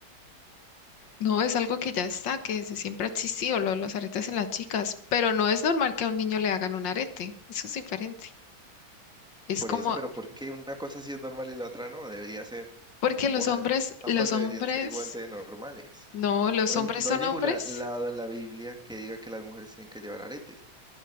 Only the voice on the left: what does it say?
No, es algo que ya está, que desde siempre ha existido, lo de los aretes en las chicas, pero no es normal que a un niño le hagan un arete, eso es diferente. Es
como,
porque
los hombres,
los
hombres,
no, los
hombres
son
hombres,